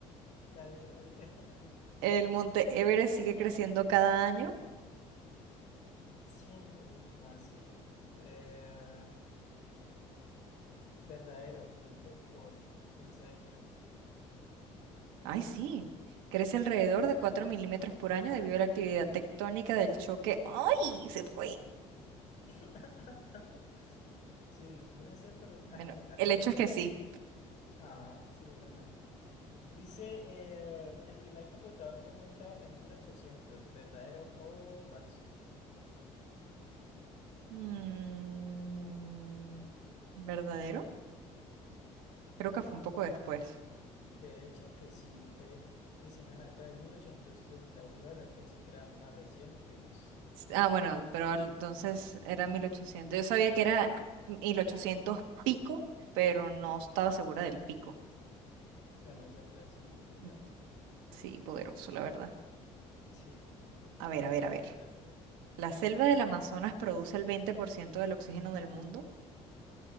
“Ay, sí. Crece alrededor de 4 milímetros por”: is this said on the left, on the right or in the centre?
Right